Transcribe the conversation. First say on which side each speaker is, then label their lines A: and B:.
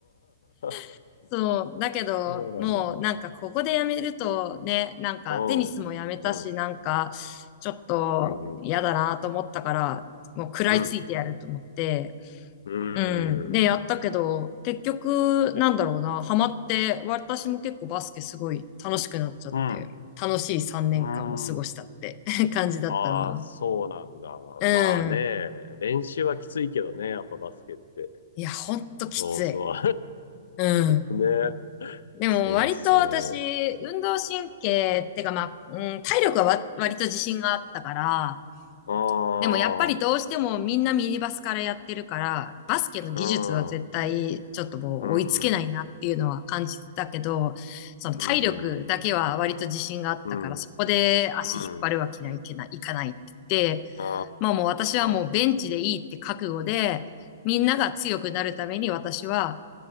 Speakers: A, on the left; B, on the left.
A: <laughs>
B: <laughs> そう。だけど、
A: そうなんだ。
B: もうなんかここでやめるとね、なんかテニスもやめたし、
A: うん。うん。
B: なんかちょっと嫌だなと思ったから、
A: うん。
B: もう食らいついてやると思って、
A: うん。うん。
B: うん。で、
A: うん。
B: やったけど、結局、なんだろうな、ハマって、私も結構バスケすごい楽しくなっちゃって、
A: うん。
B: 楽しい3年間を過ごしたって
A: うん
B: <laughs> 感じだったな。
A: ああ、そうなんだ。
B: う
A: まあね、
B: ん。
A: 練習はきついけどね、やっぱバスケって。
B: いや、ほんときつい。
A: そうそ
B: うん。
A: う。<laughs> ね。
B: でも、
A: そうそ
B: 割と私、運動神経ってか、まあ、うん、体力はわ割と自信があったから、
A: う。ああ、
B: でもやっぱりどうしてもみんなミニバスからやってるから、バスケの技術は絶対ちょっともう追いつけないなっていうのは感じてたけど、
A: うん。うん。
B: その体力だけは割と自信があったから、
A: うんうんうん。うん
B: そこで足引っ張るわけにはいけない、
A: うん。
B: いかないって言って、
A: あ
B: まあもう私はもうベンチでいいって覚悟で、
A: あ。
B: みんなが強くなるために私は、